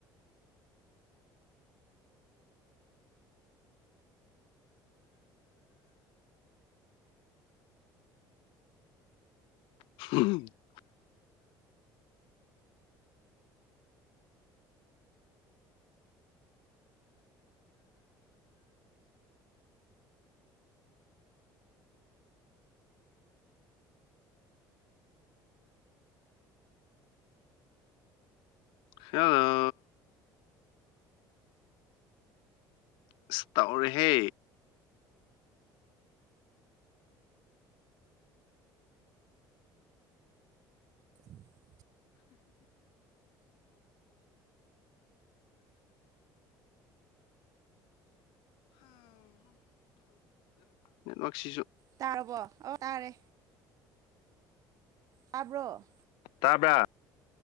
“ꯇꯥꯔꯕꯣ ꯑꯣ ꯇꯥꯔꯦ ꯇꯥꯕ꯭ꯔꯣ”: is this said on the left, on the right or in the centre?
Right